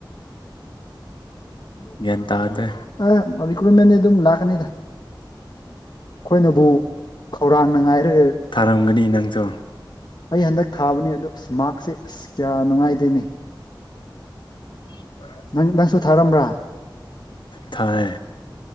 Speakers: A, on the left (about 75°); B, on the left (about 55°).
A: ꯌꯥꯟ ꯇꯥꯗꯦ
B: ꯑ ꯔꯤꯀ꯭ꯔꯨꯏꯠꯃꯦꯟꯗꯤ ꯑꯗꯨꯝ ꯂꯥꯛꯀꯅꯤꯗ ꯑꯩꯈꯣꯏꯅꯕꯨ ꯈꯧꯔꯥꯡꯅ ꯉꯥꯏꯔꯒ
A: ꯉꯝꯒꯅꯤ ꯅꯪꯁꯨ
B: ꯑꯩ ꯍꯟꯗꯛ ꯊꯥꯕꯅꯤ ꯑꯗꯨ ꯑꯁ ꯃꯥꯛꯁꯦ ꯑꯁ ꯀꯌꯥ ꯅꯨꯡꯉꯥꯏꯇꯦꯅꯦ
A: <inaudible>
B: ꯅꯪ ꯅꯪꯁꯨ ꯊꯥꯔꯝꯕ꯭ꯔꯥ
A: ꯊꯥꯏ